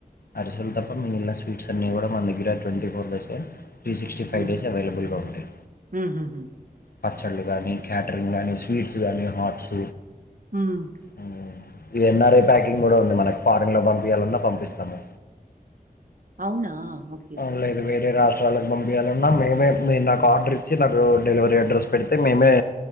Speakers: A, on the left; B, on the right.
A: అరిసెలు తప్ప మిగిలిన స్వీట్స్ అన్ని గూడా మన దగ్గర twenty four by seven three sixty five
B: ఉహు
A: డేస్ అవైలబుల్గా ఉంటాయి
B: ఉహుహు
A: పచ్చళ్ళు గానీ క్యాటరింగ్ గానీ స్వీట్స్ కానీ హార్ట్స్
B: ఉమ్
A: ఉమ్ ఇది ఎన్ఆర్ఐ ప్యాకింగ్ గూడా ఉంది మనకి ఫారన్లో పంపియాలన్నా పంపిస్తాము
B: అవునా ఓ
A: ఆ లేదు వేరే రాష్ట్రాలకు పంపియాలన్నా మేమే మీరు నాకు ఆర్డర్ ఇచ్చి నాకు డెలివరీ అడ్రస్ పెడితే మేమే